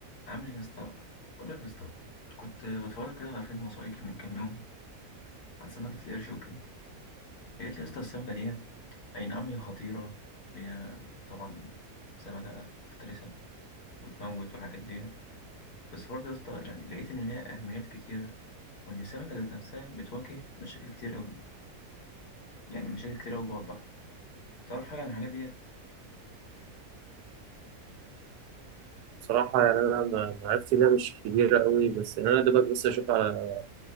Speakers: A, on the left; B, on the right.
A: عامل ايه يا اسطى بقول لك يا اسطى كنت بتفرج كده على فيلم وثائقي من كام يوم عن سمكة القرش وكده لقيت يا اسطى السمكة ديت أي نعم هي خطيرة هي طبعا سمكة مفترسة وتموت والحاجات ديت بس برضه يا اسطى يعني لقيت إن ليها أهميات كتيرة وإن السمكة ذات نفسها بتواجه مشاكل كتير أوي يعني مشاكل كتير أوي جوه البحر تعرف حاجة عن الحاجات ديت؟
B: بصراحة يعني أنا ما- معرفتي بيها مش كبيرة قوي بس يعني أنا دوبك بس أشوف على